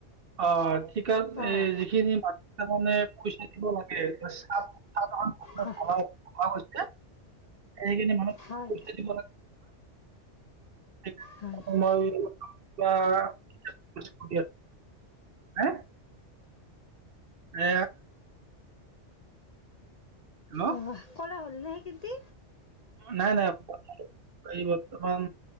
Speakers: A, on the right; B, on the left.
A: অ ঠিকাত এই
B: অঁ
A: যিখিনি মানুহ, তাৰমানে পইচা দিব লাগে সাধ সাধখন <unintelligible>
B: হয়
A: হৈছে এইখিনি মানুহক
B: হয়
A: পইচা দিব লাগে। <inaudible>
B: হয়
A: <unintelligible> হা এ হেল্ল'!
B: অঁ কৰা হ'ল নে সেই খেতি
A: নাই নাই এই বৰ্তমান